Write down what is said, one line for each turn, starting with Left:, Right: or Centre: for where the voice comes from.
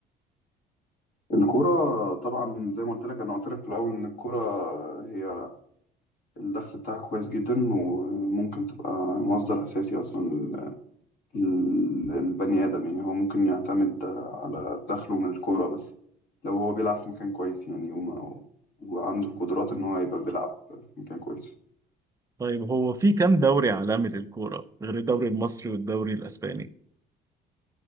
Left: الكورة طبعا زي ما قلت لك أنا قلت لك في الأول إن الكورة هي الدخل بتاعها كويس جدا وممكن تبقى مصدر أساسي أصلا ال- البني آدم يعني هو ممكن يعتمد على دخله من الكورة بس لو هو بيلعب في مكان كويس يعني وما وعنده القدرات
Right: مم.
Left: إن هو يبقى بيلعب في مكان كويس
Right: طيب هو في كام دوري عالمي للكورة غير الدوري المصري والدوري الأسباني